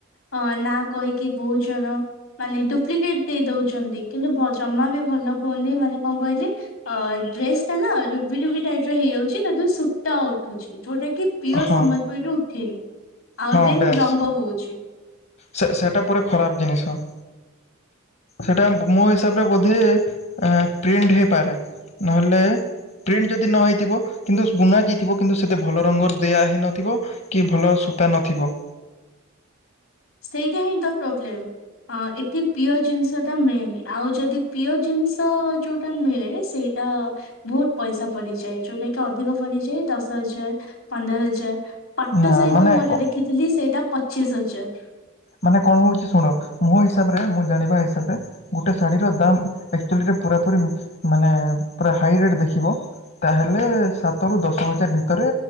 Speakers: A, on the left (about 80°); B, on the left (about 55°).
A: ଅ ନାଁ କହିକି ବହୁ ଜଣ ମାନେ ଡୁପ୍ଲିକେଟ୍ ଦେଇ ଦଉଚନ୍ତି କିନ୍ତୁ ଜମା ବି ଭଲ ପଡୁନି ମାନେ କଁ କହିଲେ? ଅ ଡ୍ରେସ୍ ଟା ନା ରୁବି ରୁବି ଟାଇପିର ହେଇଯାଉଚି। ଚି ତାଦିହରୁ ସୁତା ଉଠୁଚି ଯୋଉଟା କି ପିୟର୍
B: ହଁ
A: ସମ୍ବଲପୁରୀରେ ଉଠେନି। ଆଉ
B: ହଁ
A: ଦେନ୍
B: ବେସ୍।
A: ରଙ୍ଗ ହଉଛି <unintelligible>
B: ସେ ସେଇଟା ପୁରା ଖରାପ ଜିନିଷ। ସେଟା ମୋ ହିସାବରେ ବୋଧେ ଏ ପ୍ରିଣ୍ଟ ହେଇପାରେ? ନହେଲେ ପ୍ରିଣ୍ଟ ଯଦି ନ ହେଇଥିବ, କିନ୍ତୁ ବୁଣା ଯାଇଥିବ, କିନ୍ତୁ ସେତେ ଭଲ ରଙ୍ଗ ଦିଆହେଇନଥିବ କି ଭଲ ସୂତା ନଥିବ।
A: ସେଇଟା ହିଁ ତ ପ୍ରୋବ୍ଲେମ। ହଁ, ଏଠି ପିଓ ଜିନିଷ ଟା ମିଳେନି। ଆଉ ଯଦି ପିଓ ଜିନିଷ ଯୋଉଟା ମିଳେ, ସେଇ ତ ବହୁତ ପଇସା ପଡ଼ିଯାଏ। ଯୋଉଟାକି ଅଧିକ ପଡ଼ିଯାଏ। ଦଶ ହଜାର, ପନ୍ଦର ହଜାର, ପାଟ
B: ନା
A: ସହିତ
B: ମାନେ
A: ମୁଁ ଏବେ
B: କ
A: ଦେଖ ଦେଖିଥିଲି, ସେଇଟା ପଚିଶ୍ ହଜାର।
B: ମାନେ କଣ ହଉଛି ଶୁଣ? ମୋ ହିସାବ ରେ, ମୁଁ ଜାଣିବା ହିସାବରେ ଗୋଟେ ଶାଢୀର ଦାମ୍ ଆଚୁଆଲି ରେ ପୁରାପୁରି ମାନେ ପୁରା ହାଇରେଟ ଦେଖିବ? ତାହେଲେ ସାତରୁ, ଦଶ ହଜାର ଭିତରେ